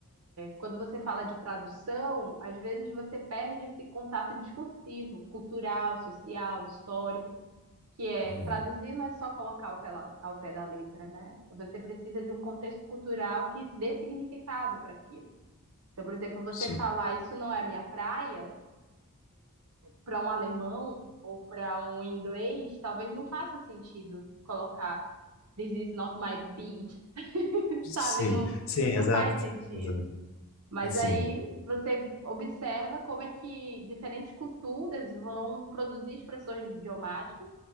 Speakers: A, on the right; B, on the left.
A: Quando você fala de tradução, às vezes você perde esse contato discursivo, cultural, social, histórico, que é
B: Uhum,
A: traduzir não é só colocar ao pé, ao pé da letra, né? Você precisa de um contexto cultural que dê significado para aquilo. Então, por exemplo, você
B: Sim.
A: falar isso não é minha praia, para um alemão ou para um inglês, talvez não faça sentido colocar this is not my beat, <laughs>
B: Sim,
A: sabe? Não,
B: sim,
A: não
B: exato,
A: faz sentido.
B: exato,
A: Mas
B: sim.
A: aí você observa como é que diferentes culturas vão produzir expressões idiomáticas